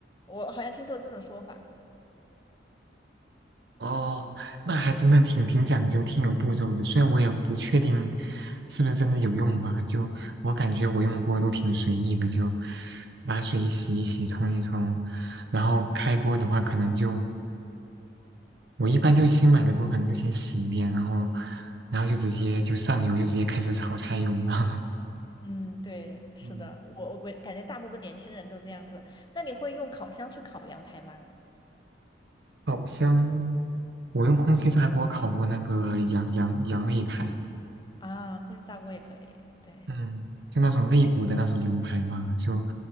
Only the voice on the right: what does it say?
哦，那还真的挺挺讲究、挺有步骤的。虽然我也不确定是不是真的有用吧，就我感觉我用锅都挺随意的，就拿水洗一洗、冲一冲，然后开锅的话，可能就我一般就新买的锅，可能就先洗一遍，然后然后就直接就上油，就直接开始炒菜用了。
<laughs>
嗯，
好箱，我用空气炸锅烤过那个羊羊羊肋排。
嗯，就那种肋骨的那种羊排嘛，就